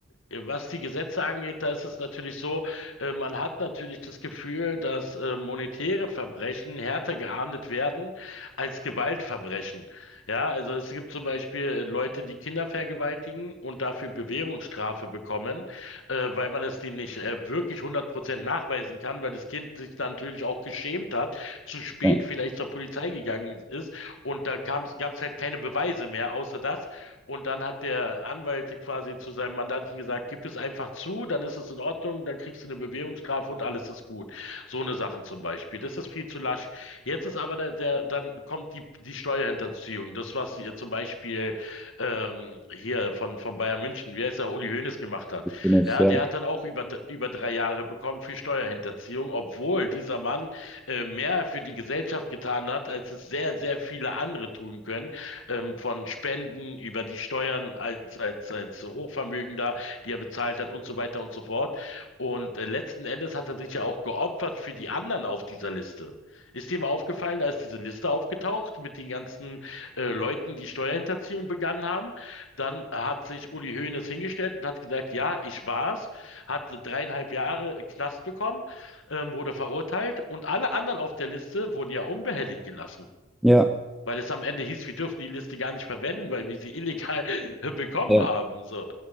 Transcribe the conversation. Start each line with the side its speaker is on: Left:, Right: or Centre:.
Left: Was die Gesetze angeht, da ist es natürlich so, äh, man hat natürlich das Gefühl, dass äh, monetäre Verbrechen härter geahndet werden als Gewaltverbrechen. Ja, also es gibt zum Beispiel Leute, die Kinder vergewaltigen und dafür Bewährungsstrafe bekommen, äh, weil man es denen nicht äh, wirklich 100% nachweisen kann, weil das Kind sich dann natürlich auch geschämt hat, zu spät
Centre: Ja,
Left: vielleicht zur Polizei gegangen ist und da gab es halt keine Beweise mehr, außer das. Und dann hat der Anwalt quasi zu seinem Mandanten gesagt, gib es einfach zu, dann ist es in Ordnung, dann kriegst du eine Bewährungsstrafe und alles ist gut. So eine Sachen zum Beispiel. Das ist viel zu lasch. Jetzt ist aber der, der dann kommt die, die Steuerhinterziehung. Das, was ihr zum Beispiel ähm, hier von, von Bayern München, wie heißt er, Uli Hoeneß gemacht hat.
Centre: ich bin es,
Left: Ja,
Centre: ja.
Left: der hat dann auch über, dr- über drei Jahre bekommen für Steuerhinterziehung, obwohl dieser Mann äh, mehr für die Gesellschaft getan hat, als es sehr, sehr viele andere tun können ähm, von Spenden über die Steuern als, als, als Hochvermögender, die er bezahlt hat und so weiter und so fort. Und äh, letzten Endes hat er sich ja auch geopfert für die anderen auf dieser Liste. Ist dir mal aufgefallen, da ist diese Liste aufgetaucht mit den ganzen äh, Leuten, die Steuerhinterziehung begangen haben. Dann hat sich Uli Hoeneß hingestellt und hat gesagt, ja, ich war's, hat dreieinhalb Jahre Knast bekommen, ähm, wurde verurteilt und alle anderen auf der Liste wurden ja unbehelligt gelassen.
Centre: Ja,
Left: Weil es am Ende hieß, wir dürfen die Liste gar nicht verwenden, weil wir sie illegal <laughs> bekommen
Centre: ja,
Left: haben. So,